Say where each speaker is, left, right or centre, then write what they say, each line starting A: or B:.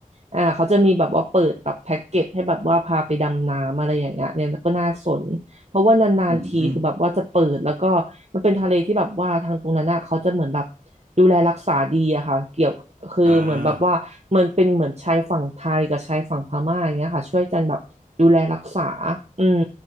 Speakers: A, on the right (about 50°); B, on the right (about 75°).
A: อ่าเขาจะมีแบบว่าเปิดแบบแพ็กเกจให้แบบว่าพาไปดำน้ำอะไรอย่างเงี้ยเนี่ยก็น่าสน เพราะว่านานๆทีคือแบบว่าจะเปิดแล้วก็มันเป็นทะเลที่แบบว่าทางตรงนั้นอ่ะเขาจะเหมือนแบบ
B: อืม
A: ดูแลรักษาดีอะค่ะเกี่ยวคือเหมือนแบบว่ามันเป็นเหมือนชายฝั่งไทยกับชายฝั่งพม่าอย่างเงี้ยค่ะช่วยกันแบบดูแลรักษา
B: อ่า
A: อืม